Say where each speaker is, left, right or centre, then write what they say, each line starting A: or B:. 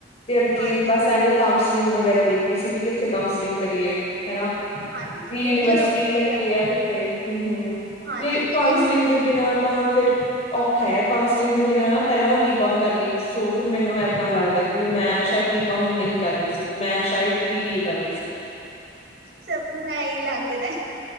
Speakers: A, on the left; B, on the right.
A: ਤੇ ਅੱਗੇ
B: ਹਾਂਜੀ
A: ਬਸ ਐਵੇਂ ਕਾਂਸਲ ਗ ਵਗੈਰਾ ਦੇਖ ਰਹੀ ਸੀ ਵੀ ਕਿੱਥੇ ਕਾਂਸਲਿੰਗ ਕਰੀਏ? ਹਨਾ
B: ਹਾਂਜੀ
A: ਵੀ
B: ਨਹੀਂ
A: ਯੂਨੀਵਰਸਿਟੀ
B: ਚਲੋ ਵਧੀਆ
A: ਲੱਗੇ ਆ ਕਿੱਥੇ? ਹਮ-ਹਮ।
B: ਹਾਂਜੀ ਕਿਉਂਕਿ
A: ਕਾਂਸਲਿੰਗ
B: ਹੁਣ
A: ਦੇ ਬਿਨਾਂ ਤਾਂ ਫਿਰ ਔਖਾ ਯਾਰ ਕਾਂਸਲਿੰਗ ਦੇ ਬਿਨਾਂ ਨਾ ਪਹਿਲਾਂ ਮੈਂ ਬੀਕੌਮ ਕਰ ਲਈ ਸੋ ਫਿਰ ਮੈਨੂੰ ਇਏਦਾਂ ਲੱਗਦਾ ਕਿ ਵੀ ਮੈਂ ਸ਼ਾਇਦ ਬੀਕਮ ਨਹੀਂ ਕਰਨੀ ਸੀ ਮੈਂ ਸ਼ਾਇਦ ਬੀ ਬੀ ਏ ਕਰਨੀ ਸੀ।
B: ਸਭ ਨੂੰ ਐਹੀ ਲੱਗਦਾ,